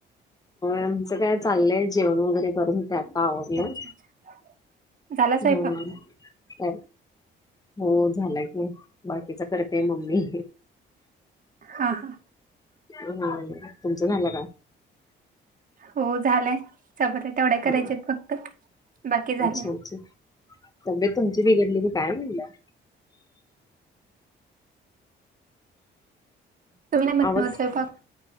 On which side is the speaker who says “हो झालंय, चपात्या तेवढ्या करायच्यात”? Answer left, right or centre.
Right